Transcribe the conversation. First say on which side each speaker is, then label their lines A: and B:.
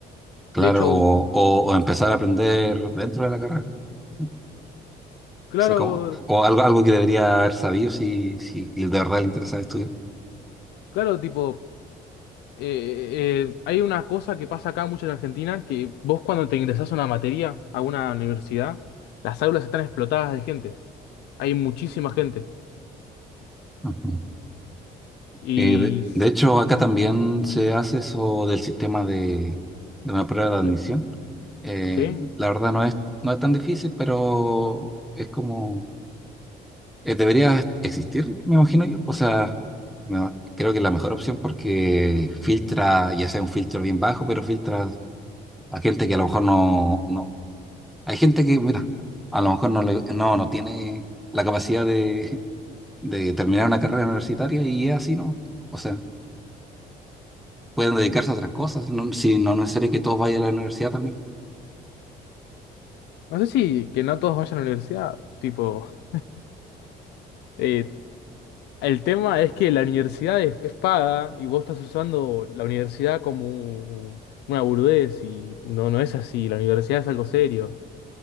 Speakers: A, in the centre; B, on the left.
A: claro,
B: De hecho,
A: o,
B: p-
A: o- o empezar a aprender dentro de la carrera. O
B: Claro,
A: sea, como, o algo, algo que debería haber sabido si, si de verdad le interesa estudiar.
B: Claro, tipo, eh, eh, hay una cosa que pasa acá mucho en Argentina, que vos cuando te ingresás a una materia, a una universidad, las aulas están explotadas de gente. Hay muchísima gente.
A: Ujú.
B: Y,
A: Eh, de,
B: s-
A: de hecho, acá también se hace eso del sistema de, de una prueba de admisión.
B: de-
A: Eh,
B: ¿sí?
A: la verdad no es, no es tan difícil, pero es como Eh, debería existir, me imagino yo. O sea, no, creo que es la mejor opción porque filtra, ya sea un filtro bien bajo, pero filtra a gente que a lo mejor no, no. Hay gente que, mira, a lo mejor no, le- no, no tiene la capacidad de, de terminar una carrera universitaria y es así, ¿no? O sea, pueden dedicarse a otras cosas, no, si no no es necesario que todos vayan a la universidad también.
B: No sé si que no todos vayan a la universidad, tipo, eh, el tema es que la universidad es, es paga y vos estás usando la universidad como un- una burudez y no, no es así, la universidad es algo serio.